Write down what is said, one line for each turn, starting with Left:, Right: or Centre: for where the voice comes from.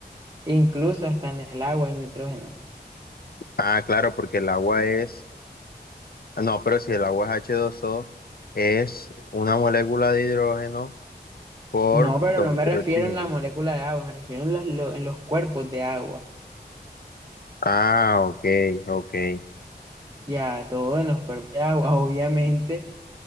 Right: incluso hasta en el agua hay nitrógeno.
Left: Ah, claro, porque el agua es. No, pero si el agua es h dos o es una molécula de hidrógeno por
Right: No, pero
Left: dos
Right: no me
Left: de
Right: refiero
Left: oxígeno.
Right: en la molécula de agua, me refiero en los, lo- en los cuerpos de agua.
Left: Ah, ok, ok.
Right: Ya, todo en los cuerpos de agua, <laughs> obviamente.